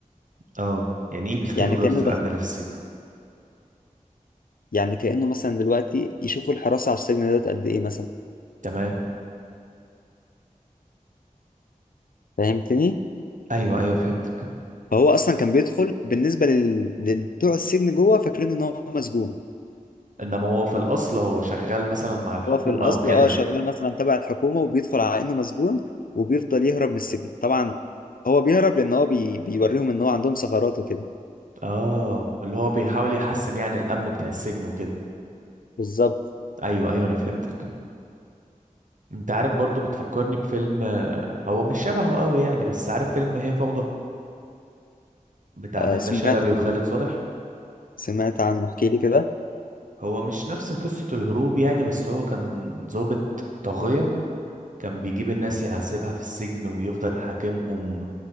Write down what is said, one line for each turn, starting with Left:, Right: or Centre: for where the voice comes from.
Right: اه يعني ايه بيختبروا
Left: يعني
Right: جودة
Left: كانه ده
Right: الامن اللي في السجن
Left: يعني كانه مثلا دلوقتي يشوفوا الحراسه على السجن دوت قد ايه مثلا
Right: تمام
Left: فهمتني
Right: ايوه ايوه فهمتك
Left: فهو اصلا كان بيدخل بالنسبه لل... لبتوع السجن جوه فاكرين ان هو مسجون
Right: انما هو في الاصل هو شغال مثلا مع الحكومة
Left: هو في الاصل
Right: او كده
Left: اه شغال مثلا تبع الحكومه وبيدخل على انه مسجون وبيفضل يهرب من السجن طبعا هو بيهرب لان هو بي... بيوريهم ان هو عندهم ثغرات وكده
Right: اه اللي هو بيحاول يحسن يعني الامن بتاع السجن وكده
Left: بالظبط
Right: ايوه ايوه انا فهمتك انت عارف برضو بتفكرني بفيلم آه، هو مش شبهه قوي يعني بس عارف فيلم هي فوضى بتاع
Left: آه
Right: منة
Left: سمعت
Right: شلبي
Left: عنه
Right: وخالد صالح
Left: سمعت عنه احكي لي كده
Right: هو مش نفس قصة الهروب يعني بس هو كان ضابط طاغية كان بيجيب الناس يعذبها في السجن ويفضل حاكمهم